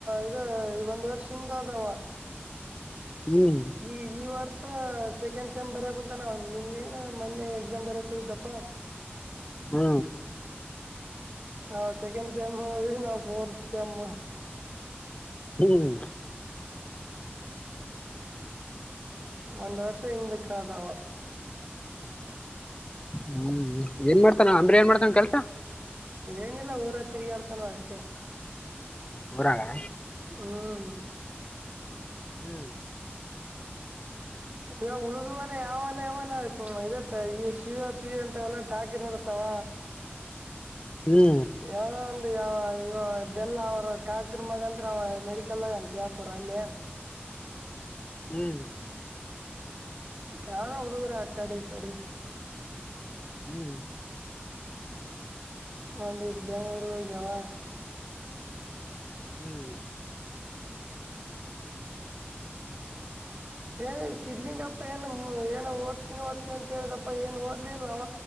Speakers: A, on the right (about 35°); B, on the left (about 25°).
A: ಇದು ಒಂದ್ ವರ್ಷ ಹಿಂದ್ ಹೋದಾವ.
B: ಹ್ಮ
A: ಈ ಈ ವರ್ಸ ಸೆಕೆಂಡ್ ಸೆಮ್ ಬರೆಯಾಕುಂತನ ನಿನ್ನೇ ನಾ ಮೊನ್ನೆ ಎಕ್ಸಾಮ್ ಬರಿಯಾಕ್ಕ್ ಹೋಗಿದ್ದಾಪ್ಪ.
B: ಹ್ಮ
A: ಅವ ಸೆಕೆಂಡ್ ಸೆಮ್ಮ್ ಹೋದ್ವಿ ನಾವು ಫೋರ್ತ್ ಸಮ್.
B: ಹ್ಮ್
A: ಒಂದ್ ವರ್ಷ ಹಿಂದಕ್ಕದ ಅವ.
B: ಹ್ಮ್ ಏನ್ ಮಾಡ್ತಾನ ಅಂಬ್ರ ಏನ್ ಮಾಡ್ತಾನ ಕಲ್ತ.
A: ಏನಿಲ್ಲ ಊರಗ್ ತಿರುಗಾಡ್ತನ ಅಷ್ಟೇ.
B: ಊರಾಗ.
A: ಹ್ಮ್
B: ಹ್ಮ್
A: ಈವ ಉಳಿದವನ ಯಾವಾನ ಯಾವನ ಇ ಈ ಶಿವ ಪಿವ ಅಂತ ಎಲ್ಲ ಟಾಕಿ ನಡೆಸ್ತಾವ.
B: ಹ್ಮ್
A: ಯಾವ ಒಂದು ಯ ಇವ ಬೆಲ್ಲ ಅವರು ಕಾಕ್ರ ಮಗಂತ್ರ ಅವ ಮೆಡಿಕಲ್ದಾಗನ್ ಶಾಪುರ ಅಲ್ಲಿ.
B: ಹ್ಮ್
A: ನಾನ ಹುಡುಗರ ಆ ಕಡಿ ಈ ಕಡೆ.
B: ಹ್ಮ್
A: ಒಂದ ದಿವಸ ಬೆಂಗ್ಳೂರ್ಗ್ ಹೋಗ್ಯಾವ.
B: ಹ್ಮ್
A: ಏನ ಸಿದ್ಲಿಂಗಪ್ಪಾ ಏನು ಏನ ಓದ್ತೀನಿ ಓದ್ತನಿ ಅಂತ ಹೇಳಿದ್ನಪ್ಪ ಏ ಓದ್ ಇಲಿಲ್ಲ ಅವ